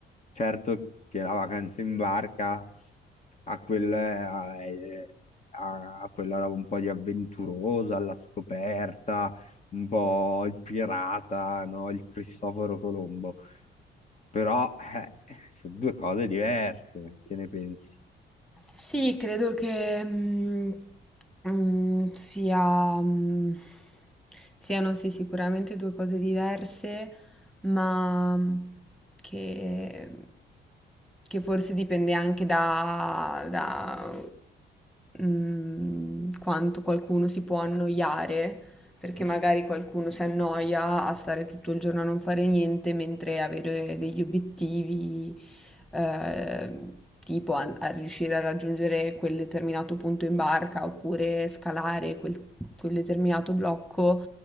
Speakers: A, on the left; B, in the centre.
A: Certo che la vacanza in barca ha quel, ha- eh, ha- ha quella roba un po' di avventurosa, alla scoperta, un po' il pirata, no? Il Cristoforo Colombo. Però eh, sono due cose diverse, che ne pensi?
B: Sì, credo che mm, mm, sia, mm, siano sì, sicuramente due cose diverse, ma mm, che, che forse dipende anche da, da, mm, quanto qualcuno si può annoiare, perché magari qualcuno si annoia a stare tutto il giorno a non fare niente, mentre avere degli obiettivi eh, tipo a, a riuscire a raggiungere quel determinato punto in barca oppure scalare quel, quel determinato blocco,